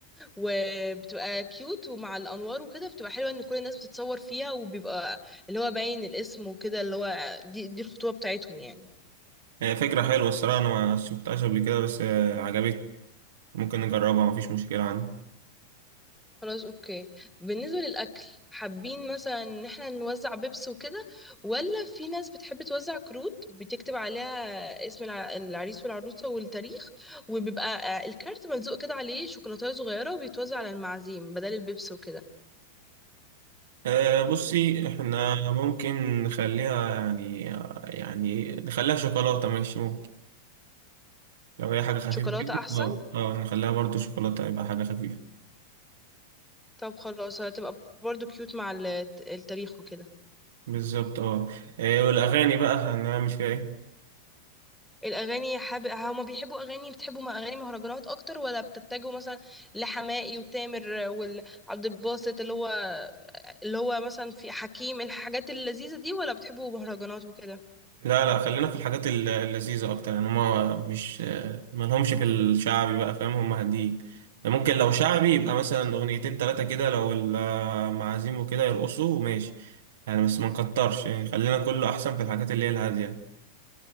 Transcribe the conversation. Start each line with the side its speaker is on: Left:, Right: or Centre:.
Centre: وبتبقى كيوت ومع الأنوار وكده بتبقى حلوة إن كل الناس بتتصور فيها وبيبقى اللي هو باين الاسم وكده اللي هو دي, دي الخطوبة بتاعتهم يعني
Right: هي فكرة حلوة الصراحة أنا ما شفتهاش قبل كده بس آه، عجبتني ممكن نجربها مفيش مشكلة عندي
Centre: خلاص اوكي بالنسبة للأكل حابين مثلا ان احنا نوزع بيبس وكده ولا في ناس بتحب توزع كروت بتكتب عليها اسم الع- العريس والعروسة والتاريخ وبيبقى آه، الكارت ملزوق كده عليه شوكولاتة صغيرة وبيتوزع على المعازيم بدل البيبس وكده
Right: آه، بصي احنا ممكن نخليها يعني يعني نخليها شوكولاتة ماشي ممكن لو هي حاجة خفيفة
Centre: شوكولاتة
Right: كده
Centre: أحسن
Right: اه اه نخليها برضو شوكولاتة يبقى حاجة خفيفة
Centre: طب خلاص هتبقى برضو كيوت مع ال- التاريخ وكده
Right: بالظبط اه آه، والأغاني بقى هنعمل فيها ايه؟
Centre: الأغاني حاب هما بيحبوا أغاني بتحبوا م- أغاني مهرجانات أكتر ولا بتتجهوا مثلا لحماقي وتامر وعبد الباسط اللي هو اللي هو مثلا في حكيم الحاجات اللذيذة دي ولا بتحبوا مهرجانات وكده
Right: لا لا خلينا في الحاجات الل- اللذيذة أكتر يعني هما مش ملهمش في الشعبي بقى فاهم هما هاديين ممكن لو شعبي يبقى مثلا أغنيتين تلاتة كده لو المعازيم وكده يرقصوا ماشي يعني بس ما نكترش يعني خلينا كله أحسن في الحاجات اللي هي الهادية